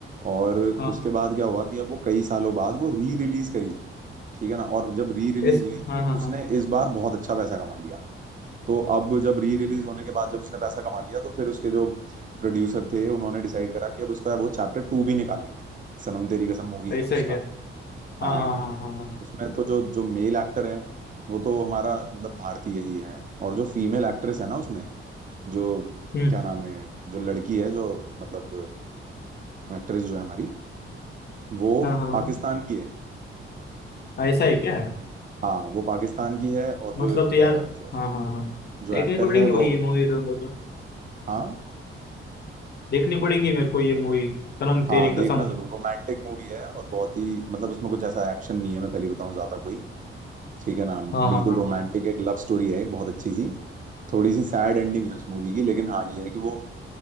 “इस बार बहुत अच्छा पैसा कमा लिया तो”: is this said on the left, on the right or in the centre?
Right